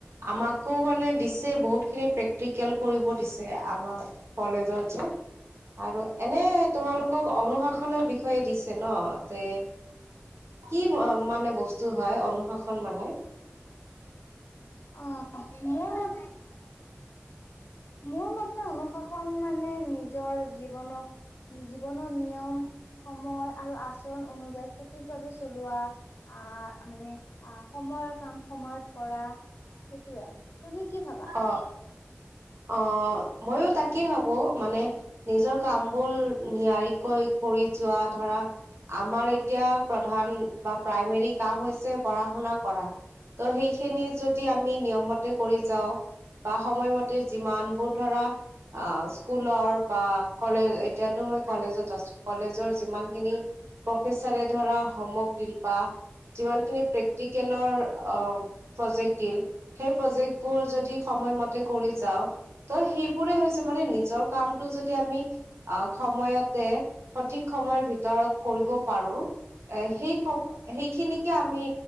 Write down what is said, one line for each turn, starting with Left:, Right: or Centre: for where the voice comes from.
Right: আমাকো মানে দিছে, বহুত খিনি প্ৰেক্টিকেল কৰিব দিছে আমাক। কলেজৰ যে। আৰু এনে তোমালোকক অনুশাসনৰ বিষয়ে দিছে ন? কি মানে বস্তু হয়, অনুশাসন মানে?
Left: অ, মোৰ মতে মোৰ মতে, অনুশাসন মানে নিজৰ জীৱনক জীৱনৰ নিয়ম সময় আৰু আচৰণ অনুযায়ী সঠিকভাৱে চলোৱা, আহ, মানে সময়ৰ কাম সময়ত কৰা সেইটোয়ে। তুমি কি ভাবা?
Right: অ। অ, মইয়ো তাকেই ভাবো, মানে নিজৰ কামবোৰ নিয়াৰিকৈ কৰি যোৱা, ধৰা আমাৰ এতিয়া প্ৰধান বা প্ৰাইমেৰী কাম হৈছে পঢ়া শুনা কৰা। ত, সেইখিনি যদি আমি নিয়ম মতে কৰি যাওঁ, বা সময়মতে যিমান বোৰ ধৰা, অ, স্কুলৰ বা কলেজত, এতিয়াতো মই কলেজত আছো। কলেজৰ যিমান খিনি প্ৰফেচাৰে হোমৱৰ্ক বা যিমান খিনি প্ৰেক্টিকেলৰ অ, প্ৰজেক্ট দিল সেই প্ৰজেক্ট বোৰ যদি, সময়মতে কৰি যাও। ত, সেইবোৰে হৈছে মানে নিজৰ কামটো যদি আমি আহ, সময়তে সঠিক সময়ৰ ভিতৰত কৰিব পাৰো। এ সেই সেইখিনিকে আমি